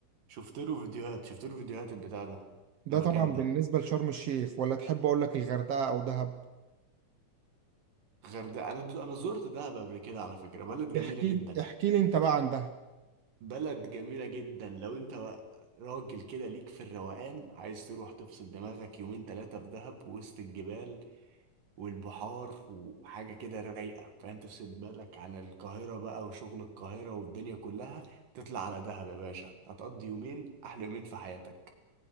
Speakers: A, on the right (about 85°); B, on the right (about 65°).
A: شفت له فيديوهات شفت له فيديوهات البتاع ده
B: ده
A: المكان
B: طبعا بالنسبه
A: ده
B: لشرم الشيخ ولا تحب اقول لك الغردقه او دهب
A: غير ده انا انا زرت دهب قبل كده على فكرة بلد جميلة
B: احكي
A: جدا
B: لي احكي لي انت بقى عن دهب
A: بلد جميلة جدا لو انت راجل كده ليك في الروقان عايز تروح تفصل دماغك يومين ثلاثة في دهب وسط الجبال والبحار وحاجة كده رايقة فاهم تفصل بالك عن القاهرة بقى وشغل القاهرة والدنيا كلها تطلع على دهب يا باشا هتقضي يومين أحلى يومين في حياتك